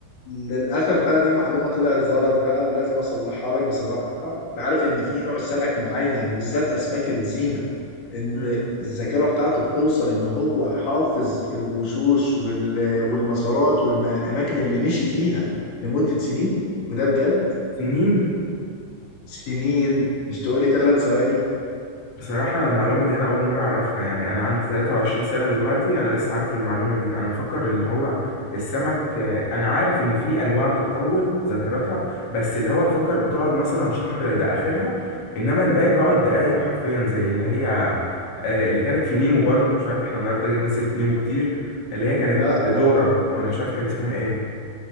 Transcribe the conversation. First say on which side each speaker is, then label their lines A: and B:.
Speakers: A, on the left (about 60°); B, on the left (about 80°).
A: للأسف بقى دي معلومة طلعت غلط بقى ولازم أصلحها لك بصراحة أنت عارف إن في نوع سمك معين وبالذات أسماك الزينة إن
B: مم.
A: الذاكرة بتاعته بتوصل إن هو حافظ الوشوش وال- والمسارات والأماكن اللي مشي فيها لمدة سنين وده بجد
B: سنين
A: سنين مش تقولي ثلاث ثواني
B: بصراحة أنا المعلومة دي أنا أول مرة أعرفها يعني أنا عندي 23 سنة دلوقتي أنا لسه عارف المعلومة دي أنا مفكر اللي هو السمك آه، أنا عارف إن في أنواع بتطول ذاكرتها بس اللي هو مفكر بتقعد مثلا شهر ده آخرها إنما الباقي بيقعد دقايق حرفيا زي اللي هي آه، اللي كانت في نيمو برضو مش عارف إحنا النهاردة جبنا سيرة نيمو كتير اللي
A: لا
B: هي كانت دورة
A: لا
B: ولا مش عارف كان اسمها إيه